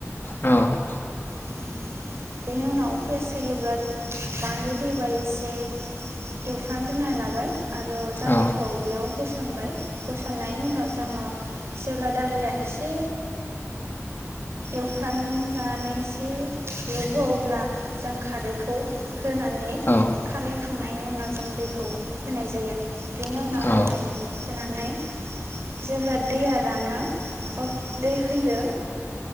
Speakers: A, on the left (about 45°); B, on the right (about 55°).
A: औ
B: <unintelligible> बेनि उनाव पियास होयोब्ला बानलु होयोबा एसे एवफ्रानग्रोना लाबाय आरो दालिखौ
A: औ
B: बेयाव होस <unintelligible> होसननायनि उनाव जोंङो जेब्ला दालिया एसे एवफ्रान जानानै एस <unintelligible> खारैखौ होनानै
A: औ औ
B: खारै होखांनायनि उनाव जों दैखौ होनाय जायो बिनि उनाव
A: औ
B: होनाय
A: औ
B: होनानै जेब्ला दैया रानो अर दै होयो